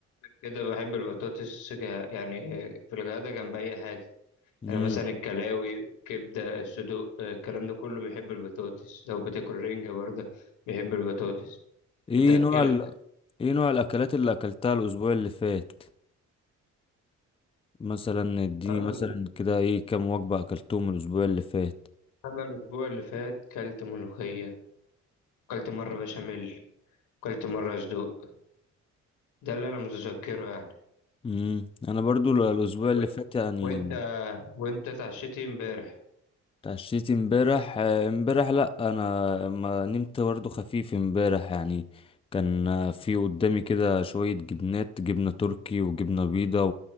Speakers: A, on the left; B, on the left.
A: كده بحب البطاطس ج- يعني في الغدا جنب اي حاجه
B: امم
A: يعني مثلا الكلاوي كبده الصدوق الكلام ده كله بيحب البطاطس لو بتاكل رنجه برضه بيحب البطاطس
B: ايه
A: بتاكلك
B: نوع ال... ايه نوع الاكلات اللي اكلتها الاسبوع اللي فات مثلا اديني
A: انا
B: مثلا كده ايه كام وجبة اكلتهم الاسبوع اللي فات
A: انا الاسبوع اللي فات كلت ملوخيه كلت مره بشاميل كلت مره صدوق ده اللي انا متذكره يعني
B: امم انا برضو ال- الاسبوع اللي
A: و-
B: فات يعني
A: وانت وانت اتعشيتي امبارح
B: اتعشيت امبارح آه، امبارح لا انا ما نمت برضو خفيف امبارح يعني كان آه، في قدامي كده شوية جبنات جبنة تركي وجبنة بيضة